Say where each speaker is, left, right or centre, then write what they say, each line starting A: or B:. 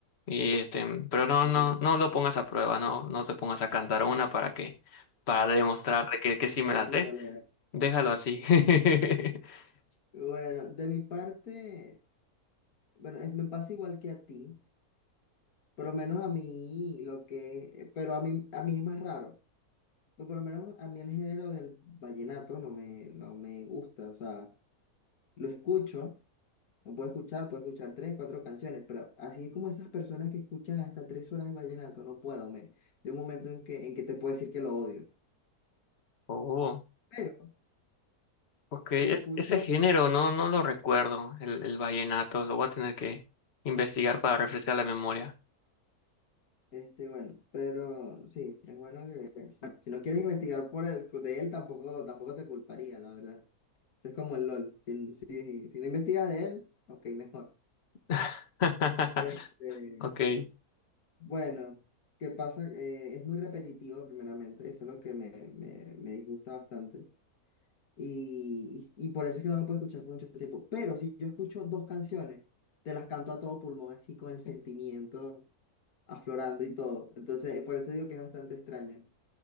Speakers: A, on the left (about 45°); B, on the left (about 70°).
A: Y este, pero
B: Sí,
A: no, no, no lo pongas a prueba, no, no te pongas a cantar una para que, para demostrar que, que sí me
B: A ver
A: las
B: si
A: sé.
B: tolera.
A: Déjalo así. <laughs>
B: Bueno, de mi parte, bueno, es- me pasa igual que a ti. Por lo menos a mí, lo que, pero a mí, a mí es más raro. Pero por lo menos a mí el género del vallenato no me, no me gusta. O sea, lo escucho. No puedo escuchar, puedo escuchar tres, cuatro canciones, pero así como esas personas que escuchan hasta tres horas de vallenato, no puedo, me. De un momento en que, en que te puedo decir que lo odio.
A: Oh,
B: Pero
A: Ok,
B: si
A: es-
B: escucho,
A: ese género no, no lo recuerdo, el, el vallenato, lo voy a tener que investigar para refrescar la memoria.
B: este, bueno, pero sí, es bueno que, que- si no quieres investigar por el- de él, tampoco, tampoco te culparía, la verdad. Eso es como el LOL. Si, si, si no investigas de él, ok, mejor.
A: <laughs>
B: Este,
A: Ok,
B: bueno, ¿qué pasa? Eh, es muy repetitivo, primeramente, eso es lo que me, me, me disgusta bastante. y, y- y por eso es que no lo puedo escuchar por mucho tiempo. Pero si yo escucho dos canciones, te las canto a todo pulmón, así con el sentimiento aflorando y todo. Entonces, por eso digo que es bastante extraño.